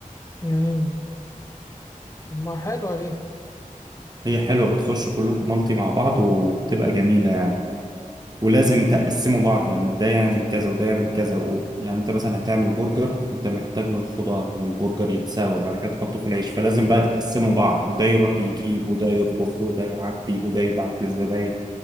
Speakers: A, on the left; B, on the right.
A: مم. طب ما حلوة دي
B: هي حلوة بتخشوا كلكم مالتي مع بعض وبتبقى جميلة يعني ولازم تقسموا بعض يعني ده يعمل كذا وده يعمل كذا و... يعني انت مثلا هتعمل برجر انت محتاج له الخضار والبرجر يتساوى وبعد كده تحطه في العيش فلازم بقى تقسموا بعض وده يروح يجيب وده يطبخ وده يعبي وده يبعت للزباين